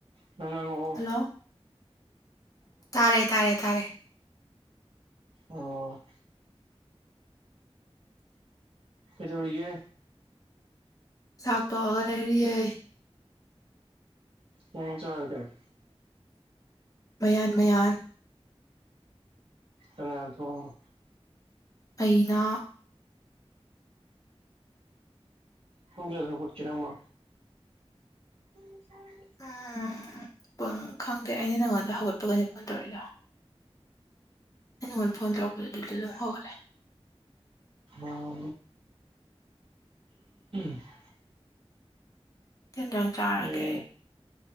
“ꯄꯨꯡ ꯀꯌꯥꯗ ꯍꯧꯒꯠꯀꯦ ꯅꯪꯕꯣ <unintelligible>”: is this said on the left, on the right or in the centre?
Right